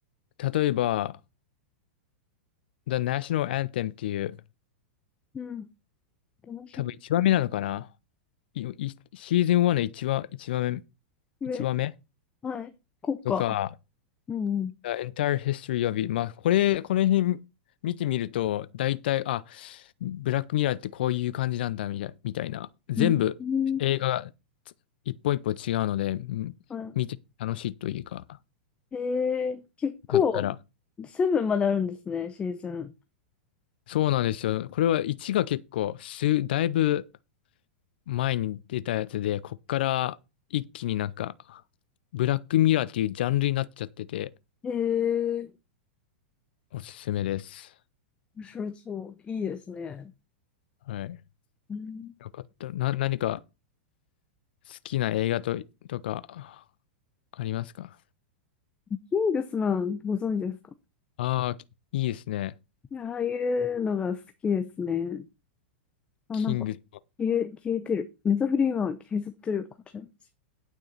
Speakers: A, on the left (about 65°); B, on the left (about 20°).
A: 例えば、The National Anthem っていう、
B: うん、楽し
A: 多分1話目なのかな。いいシーズン1の1話、1話目、
B: み。
A: 1話目
B: え、はい。こうか。
A: とか、
B: うんうん。
A: The entire history of it。まあ、これ、この辺見てみると、大体、あ、ブラックミラーってこういう感じなんだ、みたいみたいな。全部映画がつ一本一本違うので、
B: うん
A: うん見て楽しいというか、
B: はい。へえ、結構、
A: かったら。
B: セブンまであるんですね、シーズン。
A: そうなんですよ。これは1が結構、す、だいぶ前に出たやつで、こっから一気になんか、ブラックミラーっていうジャンルになっちゃってて、
B: へえ、
A: おすすめです。
B: 面白そう。いいですね。
A: はい。
B: うん、
A: よかった。な、何か好きな映画と、とかありますか
B: キングスマン、ご存知ですか
A: ああー、いいですね。
B: ああいうのが好きですね。あ、
A: キングス。
B: なんか、消え、消えてる。ネタフリーは消えちゃってるかもしれないです。